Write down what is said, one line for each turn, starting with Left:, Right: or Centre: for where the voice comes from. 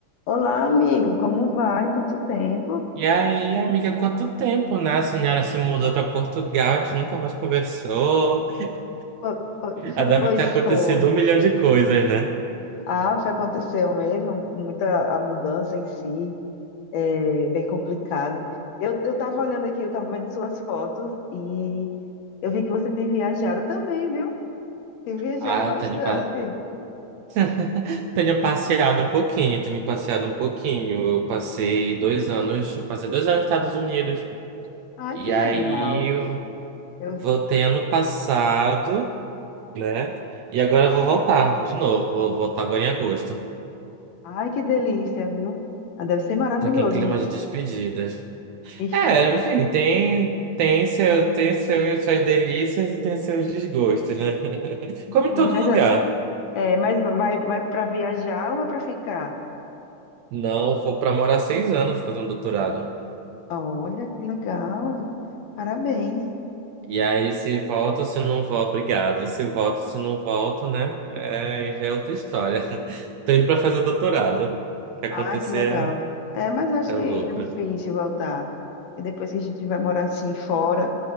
Left: Olá, amigo, como vai? Quanto tempo?
Right: E aí, amiga, quanto tempo, né? A senhora se mudou para Portugal, a gente nunca mais conversou. <laughs>
Left: Po- po- <laughs>
Right: Ah, Deve
Left: Pois
Right: ter acontecido
Left: foi.
Right: um milhão de coisas, né?
Left: Ah, foi, aconteceu mesmo, muita a mudança em si, é bem complicado. Eu, eu tava olhando aqui, eu tava vendo suas fotos e eu vi que você tem viajado também, viu? Tem viajado
Right: Ah,
Left: bastante.
Right: eu tenho, pa- <laughs> tenho passeado um pouquinho, tenho passeado um pouquinho. Eu passei dois anos, eu passei dois anos nos Estados Unidos.
Left: Ai,
Right: E
Left: que legal.
Right: aí, eu
Left: Eu,
Right: voltei ano passado, né? E agora eu vou voltar de novo, vou voltar agora em agosto.
Left: ai, que delícia, viu? Ah, deve ser maravilhoso,
Right: Tá aqui em clima
Left: né?
Right: de despedidas.
Left: Estar
Right: É, enfim, tem, tem, seu, tem seus, suas delícias e tem seus desgostos, né? <laughs>
Left: aqui,
Right: Como em todo
Left: mas,
Right: lugar.
Left: é, é, mas vai, vai para viajar ou vai para ficar?
Right: Não, vou para morar seis anos fazer um doutorado.
Left: Olha, que legal. Parabéns.
Right: E aí, se volto, se não volto, obrigado. Se volto, se não volto, né? É, já é outra história. <laughs> Tô indo para fazer doutorado. O que acontecer
Left: Ah, que legal. É, mas eu acho
Right: é, é
Left: que
Right: lucro.
Left: é difícil voltar. E depois que a gente vai morar assim fora,